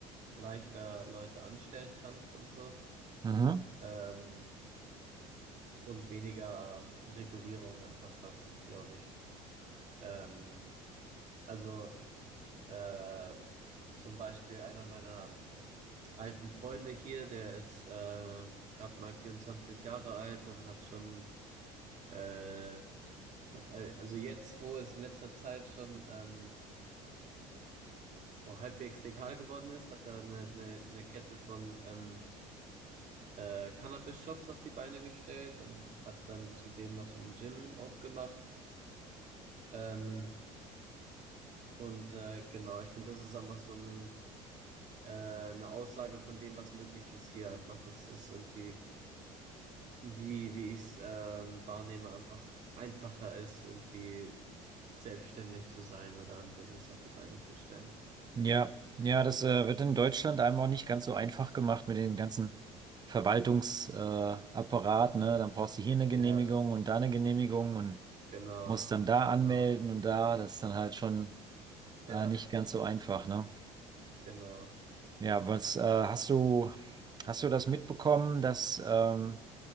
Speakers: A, on the right; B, on the right.
A: leichter Leute anstellen kannst und so
B: Mhm.
A: ähm, und weniger Regulierung einfach hast, glaube ich. Ähm, also äh, zum Beispiel einer meiner alten Freunde hier, der ist äh, gerade mal 24 Jahre alt und hat schon äh, Äh, Also jetzt, wo es in letzter Zeit schon ähm, so halbwegs legal geworden ist, hat er eine, eine, eine Kette von ähm, äh, Cannabis-Shops auf die Beine gestellt und hat dann zudem noch ein Gym aufgemacht. Ähm, und äh, genau, ich finde, das ist einfach so ein, äh, eine Aussage von dem, was möglich ist hier. Einfach, dass das irgendwie, wie, wie ich es ähm, wahrnehme, einfach einfacher ist, irgendwie selbstständig zu sein oder ein Business auf die Beine zu stellen.
B: Ja, ja, das äh, wird in Deutschland einem auch nicht ganz so einfach gemacht mit den ganzen Verwaltungsapparat, äh, Apparat, ne? Dann brauchst du hier eine Genehmigung
A: Ja.
B: und da eine Genehmigung und
A: Genau,
B: musst dann da
A: genau.
B: anmelden und da, das ist dann halt schon
A: Ja,
B: äh, nicht ganz so einfach, ne?
A: genau.
B: Ja, was äh, hast
A: Ja.
B: du, hast du das mitbekommen, dass ähm,